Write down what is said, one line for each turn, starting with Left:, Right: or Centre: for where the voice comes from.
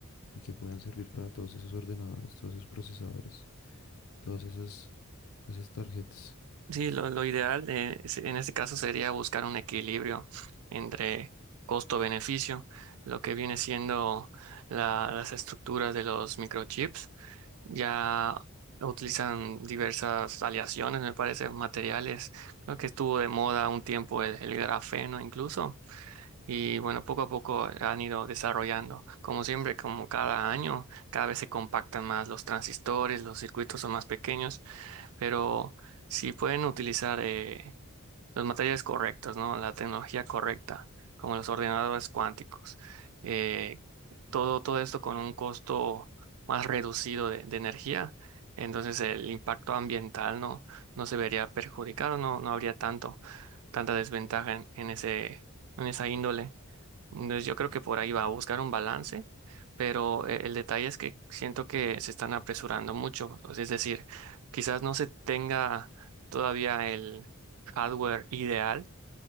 Left: y que puedan servir para todos esos ordenadores, todos esos procesadores, todas esas, esas tarjetas.
Right: Sí, lo, lo ideal eh, es- en este caso sería buscar un equilibrio entre costo-beneficio, lo que viene siendo la- las estructuras de los microchips. Ya utilizan diversas aleaciones, me parece, materiales. Creo que estuvo de moda un tiempo el, el grafeno incluso. Y bueno, poco a poco han ido desarrollando. Como siempre, como cada año, cada vez se compactan más los transistores, los circuitos son más pequeños pero si pueden utilizar eh, los materiales correctos, ¿no? La tecnología correcta, como los ordenadores cuánticos. eh, todo, todo esto con un costo más reducido de, de energía, entonces el impacto ambiental no, no se vería perjudicado, no, no habría tanto, tanta desventaja en, en ese, en esa índole. Entonces yo creo que por ahí va a buscar un balance, pero eh, el detalle es que siento que se están apresurando mucho. Entonces, es decir, quizás no se tenga todavía el hardware ideal